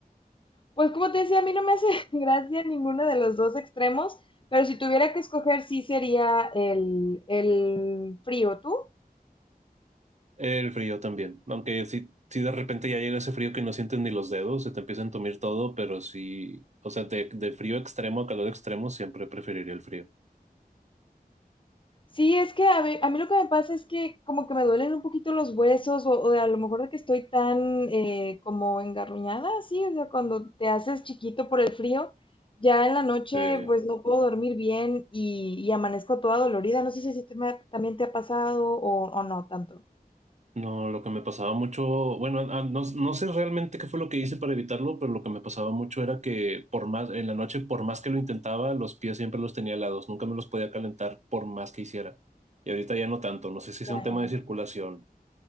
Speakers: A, on the left (about 35°); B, on the right (about 45°).
A: pues como te decía, a mí no me hace <laughs> gracia ninguno de los dos extremos, pero si tuviera que escoger, sí sería el, el frío. ¿Tú?
B: El frío también, aunque si, si de repente ya llega ese frío que no sientes ni los dedos, se te empieza a entumir todo, pero sí, o sea, de, de frío extremo a calor extremo siempre preferiría el frío.
A: Sí, es que a ve- a mí, lo que me pasa es que como que me duelen un poquito los huesos o, o a lo mejor de que estoy tan eh, como engarruñada, sí, o sea, cuando te haces chiquito por el frío, ya en la noche
B: Eh,
A: pues no puedo dormir bien y, y amanezco toda dolorida. No sé si a ti te me también te ha pasado o, o no tanto.
B: no, lo que me pasaba mucho, bueno, ah, no, no sé realmente qué fue lo que hice para evitarlo, pero lo que me pasaba mucho era que por más, en la noche, por más que lo intentaba, los pies siempre los tenía helados, nunca me los podía calentar por más que hiciera. Y ahorita ya no tanto, no sé si sea
A: Ya,
B: un tema de circulación